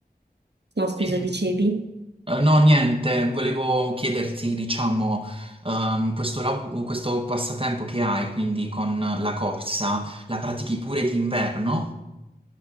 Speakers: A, on the right; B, on the right.
A: no, scusa,
B: Mhm.
A: dicevi?
B: Eh, No, niente, volevo chiederti, diciamo, ehm, questo, lav- questo passatempo che hai, quindi con la corsa, la pratichi pure d'inverno?